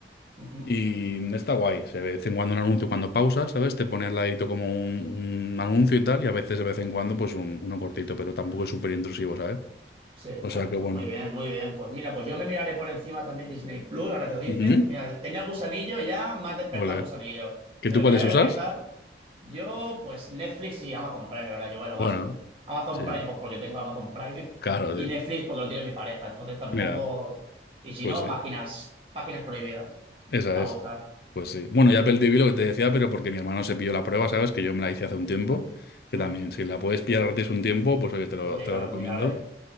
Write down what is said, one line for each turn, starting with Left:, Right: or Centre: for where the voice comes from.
Right: Ujú.
Left: Y está guay. Se ve de vez en cuando un anuncio cuando pausas, ¿sabes? Te pone al ladito como un, un anuncio y tal. Y a veces de vez en cuando, pues un- uno cortito, pero tampoco es súper intrusivo, ¿sabes?
Right: Sí,
Left: O
Right: bueno,
Left: sea, que bueno.
Right: pues muy bien, muy bien. Pues mira, pues yo me miraré por encima también Disney Plus, ahora que lo dices.
Left: Ujú.
Right: Mira, tenía el gusanillo y ya me ha despertado
Left: Ole.
Right: el gusanillo.
Left: ¿Que
Right: Me
Left: tú
Right: lo
Left: cuáles
Right: miraré
Left: usas?
Right: a ver qué tal. Yo, pues Netflix y Amazon Prime, ahora yo voy a lo
Left: Bueno,
Right: básico. Amazon
Left: sí,
Right: Prime, pues porque tengo el Amazon Prime. <laughs>
Left: claro, tío.
Right: Y Netflix porque lo tiene mi pareja. Entonces tampoco.
Left: Mira,
Right: Y si
Left: pues
Right: no,
Left: sí,
Right: páginas, páginas prohibidas
Left: esa
Right: para
Left: es.
Right: buscar.
Left: Pues sí. Bueno, ya Apple TV lo que te decía, pero porque mi hermano se pilló la prueba, ¿sabes? Que yo me la hice hace un tiempo. Que
Right: Mm,
Left: también, si la puedes pillar gratis un tiempo, pues oye, te lo,
Right: Pues mira,
Left: te lo
Right: lo
Left: recomiendo.
Right: miraré.